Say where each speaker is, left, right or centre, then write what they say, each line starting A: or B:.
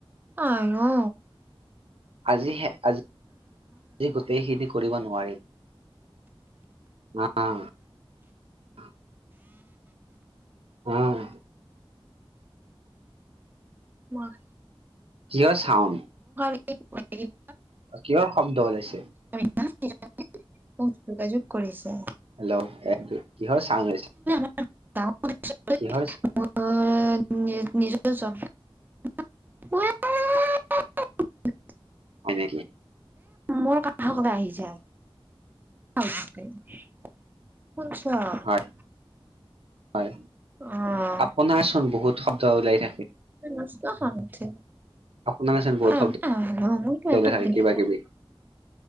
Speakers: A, on the right (about 20°); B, on the right (about 80°).
A: আয়ো
B: আজিহে আজি-আজি গোটেইখিনি কৰিব নোৱাৰিম অ-অ। অ উম
A: ৱা ।
B: জিঅ' চাউণ্ড ।
A: এক <unintelligible>
B: কিহৰ শব্দ ওলাইছে?
A: <unintelligible> মোক যোগাযোগ কৰিছে।
B: হেল্ল' <unintelligible> কিহৰ চাউণ্ড ওলাইছে?
A: উম দাৱত।
B: কিহৰ
A: <unintelligible> অ নি নিজৰে চব। উ <unintelligible>
B: হয়ে
A: মোৰ কাষলে আহি যা শুনছ <unintelligible>
B: হয় হয়
A: অহ
B: আপোনাৰচোন বহুত শব্দ ত ওলাই থাকে
A: মচট খান উঠে
B: আপোনাৰ চোন
A: <unintelligible>
B: বহুত শব্দ ওলাই থাকে কিবা কিবি